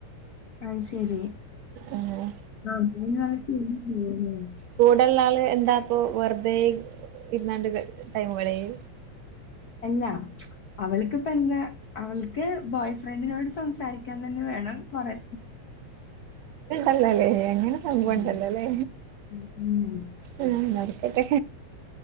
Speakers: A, on the left; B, on the right.
A: അത് ശെരി
B: ഏഹ്
A: <unintelligible> ലേ
B: കൂടെല്ല ആള് എന്താ ഇപ്പോ വെറുതെ ഇരുന്നാണ്ട് ടൈമുകളെയെ
A: അല്ലാ അവൾക്ക്പ്പ എന്താ അവൾക്ക് ബോയ് ഫ്രണ്ടിനോട് സംസാരി രിക്കാൻ തന്നെ വേണം കൊറേ
B: അല്ലല്ലേ അങ്ങനെ സംഭവണ്ടല്ലോല്ലേ
A: ഉം. ഉം. ഉം. അങ്ങനെ.
B: ആഹ് നടക്കട്ടെ